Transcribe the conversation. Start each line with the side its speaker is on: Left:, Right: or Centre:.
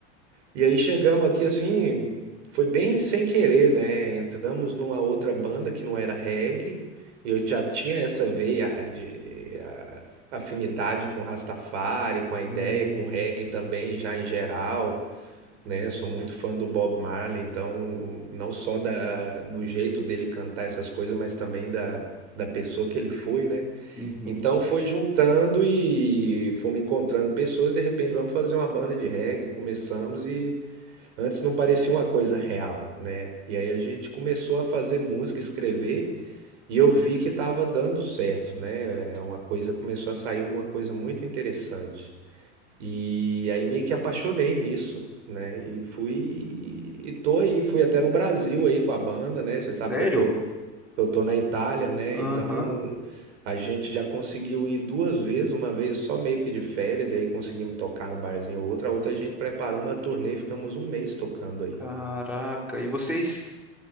Right: E aí chegamos aqui assim, foi bem sem querer, né? Entramos numa outra banda que não era reggae, e eu já tinha essa veia de a- afinidade com Rastafari, com a ideia,
Centre: Hum,
Right: com reggae também, já em geral, né? Sou muito fã do Bob Marley, então não só da, do jeito dele cantar essas coisas, mas também da, da pessoa que ele foi, né?
Centre: Uhum.
Right: Então foi juntando e fomos encontrando pessoas, de repente vamos fazer uma banda de reggae, começamos e antes não parecia uma coisa real, né? E aí a gente começou a fazer música, escrever e eu vi que estava dando certo, né? É Uma coisa começou a sair uma coisa muito interessante. E aí meio que apaixonei nisso, né? E fui e tô aí, fui até no Brasil aí com a banda, né? Você sabe
Centre: Sério?
Right: que eu tô eu tô na Itália, né?
Centre: Aham.
Right: Então a gente já conseguiu ir duas vezes, uma vez só meio que de férias, e aí conseguimos tocar num barzinho ou outro. A outra a gente preparou uma turnê e ficamos um mês tocando aí.
Centre: Caraca. E vocês